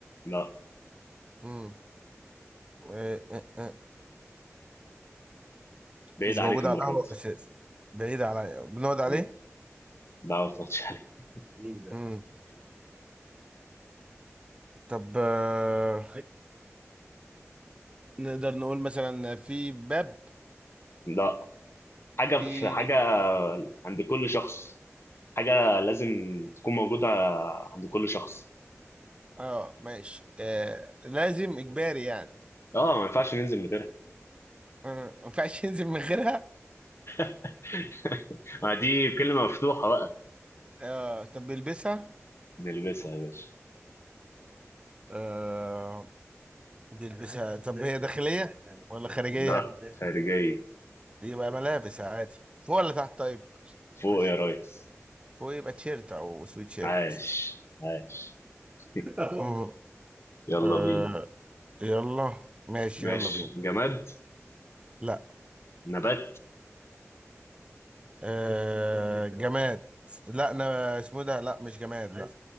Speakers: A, on the left; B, on the right.
A: لا
B: مم. آه، آه، آه.
A: بعيد
B: مش
A: عليك
B: موجود
A: المرة
B: على القهوة
A: دي
B: أساسي بعيد عليا بنقعد عليه
A: مم. لا ما بتقعدش <laughs> عليك
B: مم. طب آه، نقدر نقول مثلا في باب
A: لا حاجة
B: في
A: في حاجة عند كل شخص حاجة لازم تكون موجودة عند كل شخص
B: اه ماشي آه لازم إجباري يعني
A: اه ما ينفعش ننزل من غيرها
B: آه، ما ينفعش ينزل من غيرها
A: <laughs> ما دي كلمة مفتوحة بقى
B: آه، طب بيلبسها
A: نلبسها يا باشا
B: آه، بيلبسها طب هي داخلية ولا خارجية
A: لا
B: دي
A: خارجية
B: يبقى ملابس عادي فوق ولا تحت طيب
A: فوق
B: خش
A: يا ريس
B: فيه فوق يبقى تيشيرت او سويت شيرت
A: عاش عاش <laughs>
B: آه. <laughs>
A: يلا
B: آه،
A: بينا
B: يلا ماشي
A: ماشي
B: يلا بينا
A: جماد
B: لا
A: نبات
B: آه، <laughs> جماد لا انا اسمه إيه ده لا مش جماد لا